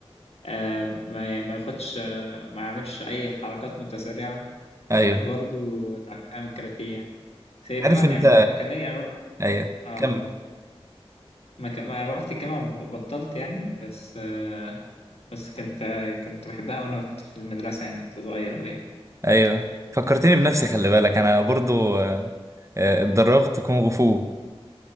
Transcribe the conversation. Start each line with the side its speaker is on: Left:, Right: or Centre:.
Left: آه، ما ما ياخدش آه، ما يعملش اي حركات متسرعه
Right: ايوه
Left: آه، برضو اتعلمتها من الكاراتيه يعني في
Right: عارف
Left: طبعا
Right: انت
Left: يعني كمان يعني
Right: ايوه
Left: آه،
Right: كمل
Left: ما ك- ما رحت الجامعه بطلت يعني بس آه، بس كنت آه، كنت بحبها وانا كنت في المدرسه يعني كنت صغير اوي يعني.
Right: ايوه فكرتني بنفسي خلي بالك انا برضو آه، آه، اتدربت كونغ فو